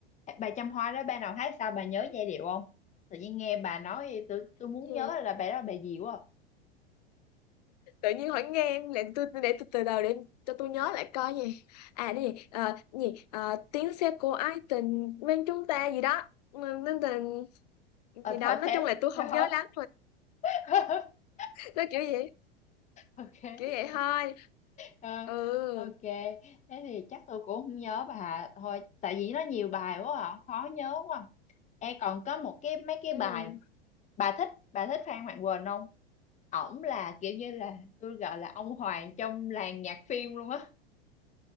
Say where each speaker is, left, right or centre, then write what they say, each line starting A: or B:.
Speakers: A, on the left; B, on the left.
A: bà Trăm Hoa đó bà nào hát sao bà nhớ giai điệu không tự nhiên nghe bà nói tôi tôi muốn
B: Gì?
A: nhớ là bà đó là bà gì quá à.
B: tự nhiên hỏi nghe em để tôi để tôi từ đầu để em- cho tôi nhớ lại coi gì à cái gì Ờ, cái gì Ờ, tiếng xe của ái tình bên chúng ta gì đó Ừ, nên tình
A: ờ
B: gì
A: thôi
B: đó nói
A: thế
B: chung là tôi không
A: rồi
B: nhớ lắm
A: <laughs>
B: nó kiểu vậy
A: ok
B: kiểu vậy thôi
A: Ờ,
B: ừ
A: ok thế thì chắc tôi cũng không nhớ bà thôi tại vì nó nhiều bài quá à, khó nhớ quá e còn có một cái mấy cái
B: ừ
A: bài bà thích bà thích Phan Mạnh Quỳnh không ổng là kiểu như là tôi gọi là ông hoàng trong làng nhạc phim luôn á